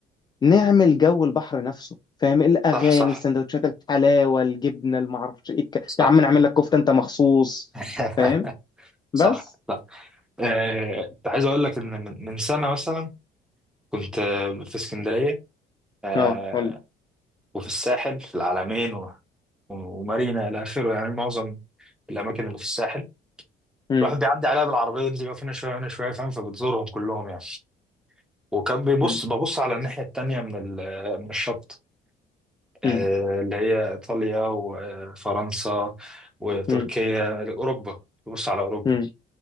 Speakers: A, on the left; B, in the centre.
A: نعمل جو البحر نفسه فاهم الأغاني
B: صح صح
A: السندوتشات الحلاوة الجبنة المعرفش إيه الك-
B: صح
A: يا عم نعمل لك كفتة أنت مخصوص
B: <laughs>
A: فاهم
B: صح
A: بس
B: صح آه، كنت عايز اقول لك ان من من سنه مثلا كنت آه، في اسكندريه آه،
A: اه قول لي.
B: وفي الساحل في العلمين و- ومارينا الى اخره يعني معظم الاماكن اللي في الساحل
A: مم،
B: الواحد بيعدي عليها بالعربيه ينزل يقف هنا شويه هنا شويه فاهم فبتزورهم كلهم يعني وكان بيبص
A: مم،
B: ببص على الناحيه التانيه من ال- آه، من الشط آه،
A: مم،
B: اللي هي ايطاليا وفرنسا وتركيا
A: مم،
B: اوروبا ببص على اوروبا
A: مم،